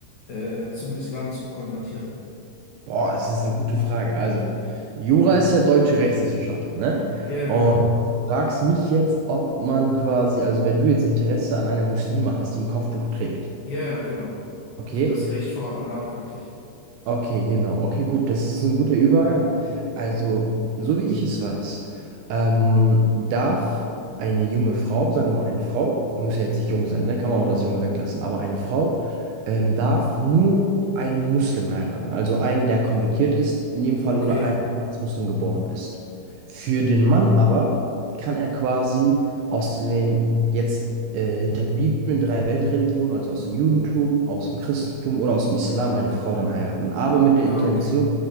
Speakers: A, on the left; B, on the right.
A: äh, äh, zum Islam zu konvertieren?
B: Boah, es ist eine gute Frage. Also, Jura ist ja deutsche Rechtswissenschaften, ne?
A: Ja, ja,
B: Und
A: genau.
B: du fragst mich jetzt, ob man quasi, also wenn du jetzt Interesse an einer Muslima hast, die ein Kopftuch trägt,
A: Ja, ja, genau.
B: okay?
A: Also das Recht vor Allah praktisch.
B: Okay, genau. Okay, gut. Das ist ein guter Übergang. Also, so wie ich es weiß, ähm, darf eine junge Frau, sagen wir mal eine Frau, muss ja jetzt nicht jung sein, ne? Kann man auch das Junge weglassen, aber eine Frau ähm, darf nur einen Muslim heiraten. Also einen, der konvertiert ist, in dem Fall
A: Okay.
B: oder einen, der als Muslim geboren ist. Für den Mann aber kann er quasi aus den jetzt äh, Hinterbliebenen drei Weltreligionen, also aus dem Judentum, aus dem Christentum oder aus dem Islam, eine Frau dann heiraten, aber mit der
A: Ah,
B: Intention,
A: okay.